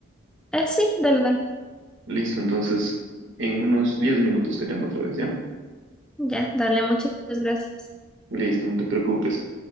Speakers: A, in the centre; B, on the right.
A: Eh, sí, dale, dale.
B: Listo, entonces en unos 10 minutos te llamo otra vez, ¿ya?
A: Ya, dale, muchas gracias.
B: Listo, no te preocupes.